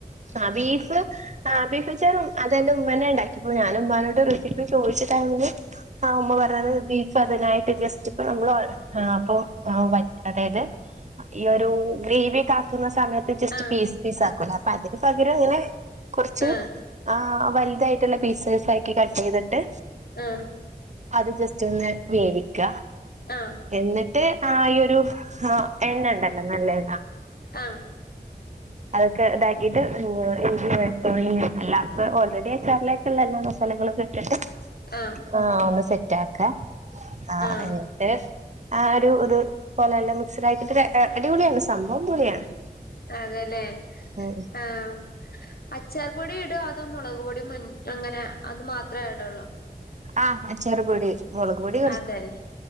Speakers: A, on the right (about 45°); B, on the left (about 70°).
A: ആഹ് ബീഫ് ആ ബീഫച്ചാറും അതെന്റെ ഉമ്മന്നെ ഉണ്ടാക്കിപ്പോ ഞാൻ ഉമ്മ്മാനോട് റെസിപ്പി ചോദിചിട്ടാണെങ്കി ആഹ് ഉമ്മ പറഞ്ഞത് ബീഫ് അപ്പഅതിനായിട്ട് ജസ്റ്റ് ഇപ്പ നമ്മൾആഹ് അപ്പൊ അതായത് ഈ ഒരു ഗ്രേവിക്കെ ആക്കുന്ന സമയ ത്ത് ജസ്റ്റ്
B: ആഹ്
A: പീസ് പീസ് ആക്കൊല അപ്പൊ അതിന് പകരം ഇങ്ങനെ കുറച്ച്
B: ആഹ്
A: ആ വലുതായിട്ടുള്ള പീസ് സീആക്കി കട്ട് ചെയ്തിട്ട്
B: ആഹ്
A: അത് ജസ്റ്റ് ഒന്ന് വേവിക്ക
B: ആഹ്
A: എന്നിട്ട് ആ ഒരു ആഹ് എണ്ണ ഇണ്ടല്ലോ നല്ലണ്ണ
B: ആഹ്
A: അതൊക്കെ ഇടായ് ഇത് ഇഞ്ചി വെുത്തുള്ളിയെല്ലാം അപ്പൊ ഓൾറെഡി അച്ചാറിലേക്കുള്ള എല്ലാ മസാലകളും ഇട്ടിട്ട്
B: ആഹ്
A: ആഹ് ഒന്ന് സെറ്റ് ആക്കാം ആഹ്
B: ആഹ്
A: ഒരു ഇത്പലെ എല്ലാം മിക്സഡ് ആക്കിട്ട അടിപൊളിയാണ് സംഭവം പൊളിയാണ്
B: അതെല്ലേ
A: ഉം
B: ആഹ് അച്ചാർ പൊടി ഇടോ അതാേ മുളക് പൊടി മഞ് അങ്ങനെ അത് മാത്രേ ഇടൊള്ളോ
A: ആഹ് അച്ചാറുപൊടി മുളക്പൊടി
B: അതെല്ലേ